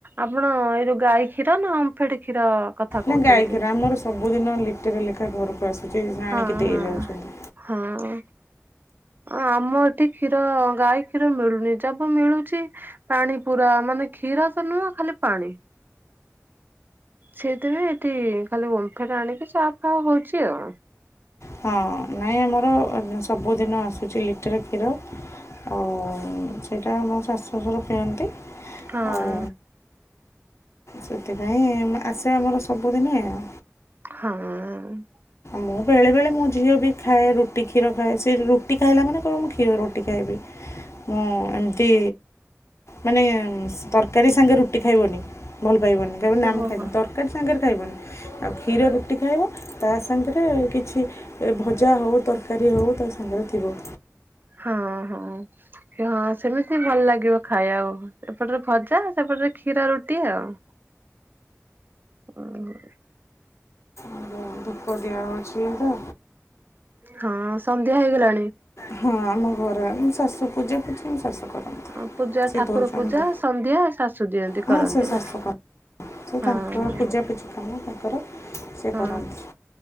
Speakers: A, on the right; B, on the left.
A: ଆପଣ ଏଇ ଯୋଉ ଗାଈ କ୍ଷୀର ନା ଓମ୍ଫେଡ କ୍ଷୀର କଥା କହୁଛନ୍ତି?
B: ନା ଗାଈ କ୍ଷୀର ଆମର ସବୁ ଦିନ ଲିଟରେ ଲେଖା ଘରକୁ ଆସୁଛି
A: ହଁ
B: ଆଣିକି ଦେଇଯାଉଛନ୍ତି
A: ହଁ ହଁ। ଆମ ଏଠି କ୍ଷୀର ଗାଈ କ୍ଷୀର ମିଳୁନି ଯବ ମିଳୁଛି ପାଣି ପୁରା ମାନେ କ୍ଷୀର ତ ନୁହଁ ଖାଲି ପାଣି। ସେଇଥିପାଇଁ ଏଠି ଖାଲି ଓମ୍ଫେଡ ଆଣିକି ଚା ଫା ହଉଛି ଆଉ।
B: ହଁ ନାଇଁ ଆମର ସବୁଦିନ ଆସୁଛି ଲିଟରେ କ୍ଷୀର ଆଉ ସେଇଟା ମୋ ଶାଶୁ ଶଶୁର ପିଅନ୍ତି।
A: ହଁ।
B: ଆଉ ସେଥିପାଇଁ ମା ଆସେ ଆମର ସବୁଦିନେ ଆଉ।
A: ହଁ।
B: ମୁଁ ବେଳେବେଳେ ମୋ ଝିଅ ବି ଖାଏ ରୁଟି କ୍ଷୀର ଖାଏ ସେ ରୁଟି ଖାଇଲା ମାନେ କହିବ ମୁଁ କ୍ଷୀର ରୁଟି ଖାଇବି। ମୁଁ ଏମିତି ମାନେ ସ ତରକାରୀ ସାଙ୍ଗେ ରୁଟି ଖାଇବନି ଭଲ ପାଇବନି କହିବ ନା
A: ଓହୋ
B: ମୁଁ ଖାଇବିନି
A: ହୋ।
B: ତର ତରକାରି ସାଙ୍ଗରେ ଖାଇବନି ଆଉ କ୍ଷୀର ରୁଟି ଖାଇବ ତା ସାଙ୍ଗରେ କିଛି ଏ ଭଜା ହେଉ ତରକାରୀ ହେଉ ତା ସାଙ୍ଗରେ ଥିବ।
A: ହଁ ହଁ ହଁ ସେମିତି ଭଲ ଲାଗିବ ଖାଇବାକୁ। ଏପଟରେ ଭଜା ସେପଟରେ କ୍ଷୀର ରୁଟି ଆଉ। ଅଁ ହଁ।
B: ଏ ଯଉ ଧୂପ ଦିଆ ହଉଛି ଏବେ।
A: ହଁ ସନ୍ଧ୍ୟା ହେଇଗଲାଣି।
B: ହଁ ଆମ ଘର ଆଣି ଶାଶୁ ପୂଜା ପୂଜି ମୋ ଶାଶୁ କରନ୍ତି।
A: ହଁ ପୂଜା
B: ସିଏ
A: ଠାକୁର
B: ଧଉଛନ୍ତି
A: ପୂଜା ସନ୍ଧ୍ୟା ଶାଶୁ ଦିଅନ୍ତି
B: ହଁ
A: କରନ୍ତି
B: ସେ ଶାଶୁ
A: ନା?
B: କରନ୍ତି ସେ
A: ହଁ
B: ତାଙ୍କ
A: ହଁ।
B: ପୂଜାପୂଜି କାମ ତାଙ୍କର ସେ
A: ହଁ
B: କରନ୍ତି।